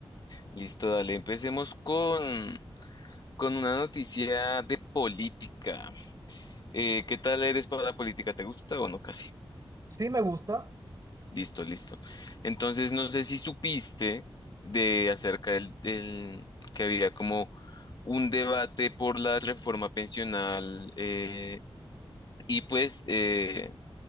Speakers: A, on the left; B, on the right.
A: Listo, dale. Empecemos con, con una noticia de política. Eh, ¿qué tal eres para la política? ¿Te gusta o no? Casi.
B: Sí, me gusta.
A: Listo, listo. Entonces, no sé si supiste de acerca del, del que había como un debate por la reforma pensional eh, Y pues eh,